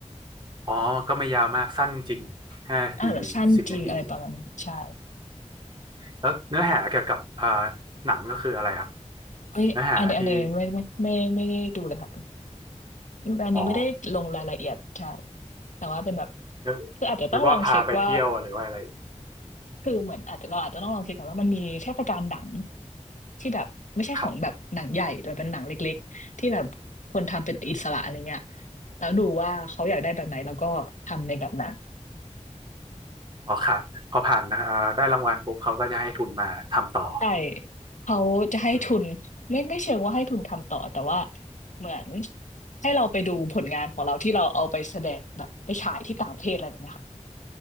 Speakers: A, on the right; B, on the left.
A: อ๋อ ก็ไม่ยาวมากสั้นจริงห้านาทีสิบนาที
B: อ่าสั้นจริงอะไรประมาณนี้ใช่
A: แล้วเนื้อหาเกี่ยวกับอ่าหนังก็คืออะไรครับ
B: เอ้ยอันนี้อันนี้ไม่ไม่ไม่ไม่ได้ดูเลยครับ
A: เนื้อหาที่
B: อันนี้ไม่ได้ลงรายละเอียดใช่
A: อ๋อ
B: แต่ว่าเป็นแบบ
A: นึก
B: คืออาจจะต้องลองเช็คว่า
A: นึกว่าพาไปเที่ยวหรือว่าอะไร
B: คือเหมือนอาจจะเราอาจจะต้องลองเช็คก่อนว่ามันมีเทศกาลหนังที่แบบไม่ใช่ของแบบหนังใหญ่แต่เป็นหนังเล็กๆที่แบบคนทำเป็นอิสระอะไรเงี้ย
A: ครับ
B: แล้วดูว่าเขาอยากได้แบบไหนแล้วก็ทำในแบบนั้น
A: พอค่ะพอผ่านนะเอ่อได้รางวัลปุ๊บเขาก็จะให้ทุนมาทำต่อ
B: ใช่เขาจะให้ทุนไม่ไม่เชิงว่าให้ทุนทำต่อแต่ว่า
A: อืม
B: เหมือนให้เราไปดูผลงานของเราที่เราเอาไปแสดงแบบไปฉายที่ต่างประเทศอะไรแบบเนี้ยค่ะ